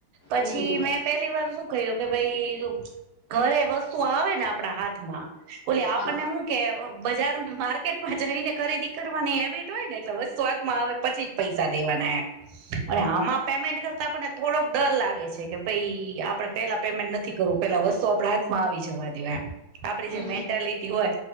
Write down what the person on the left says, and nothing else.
હમ હમ
હા
હમ
હમ